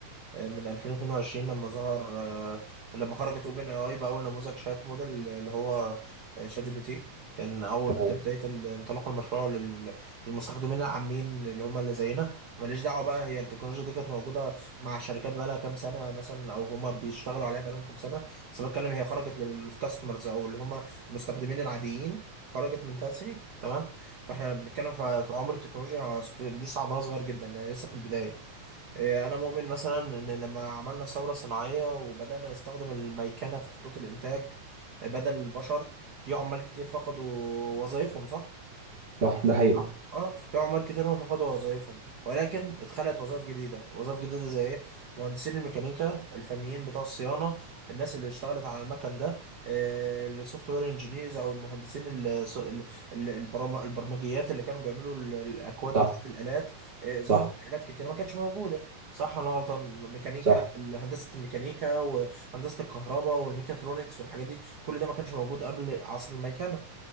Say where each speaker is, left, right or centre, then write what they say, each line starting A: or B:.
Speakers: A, on the right (about 80°); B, on the right (about 25°).
A: آه، من 2022 لما ظهر آه، لما خرجت اوبن اي اي باول نموذج شات موديل اللي هو آه، شات جي بي تي كان اول
B: تمام
A: بت- بدايه ال- انطلاق المشروع لل- للمستخدمين العامين اللي هم اللي زينا ماليش دعوه بقى هي التكنولوجيا دي كانت موجوده مع الشركات بقى لها كام سنه مثلا او هم بيشتغلوا عليها بقى لهم كام سنه بس بتكلم هي خرجت للكاستمرز او اللي هم المستخدمين العاديين خرجت من ثلاث سنين تمام فاحنا بنتكلم في في عمر التكنولوجيا ست- لسه عمرها صغير جدا يعني لسه في البدايه إيه، انا مؤمن مثلا ان لما عملنا الثوره الصناعيه وبدانا نستخدم الميكنه في خطوط الانتاج بدل البشر في عمال كتير فقدوا وظائفهم صح
B: صح ده حقيقي
A: اه اه في عمال كتير هو فقدوا وظائفهم ولكن اتخلقت وظائف جديده وظائف جديده زي ايه مهندسين الميكانيكا الفنيين بتوع الصيانه الناس اللي اشتغلت على المكن ده السوفت وير انجينيرز او المهندسين ال- س- ال- ال- البرام- البرمجيات اللي كانوا بيعملوا ال- الاكواد بتاعه
B: صح
A: الالات آه، ظهرت
B: صح
A: حاجات كتيره ما كانتش موجوده صح ولا أنا غلطان ميكانيكا
B: صح
A: هندسه الميكانيكا وهندسه الكهرباء والميكاترونكس والحاجات دي كل ده ما كانش موجود قبل عصر الميكنه